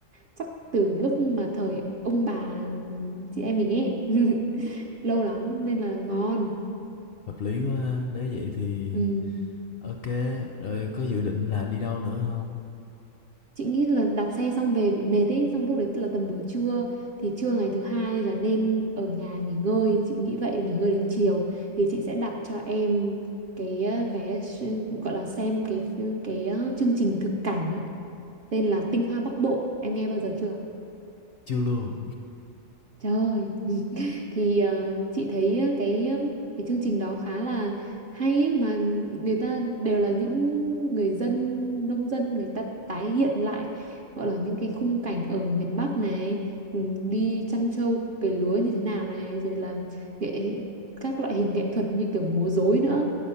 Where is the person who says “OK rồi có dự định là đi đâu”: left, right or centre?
Left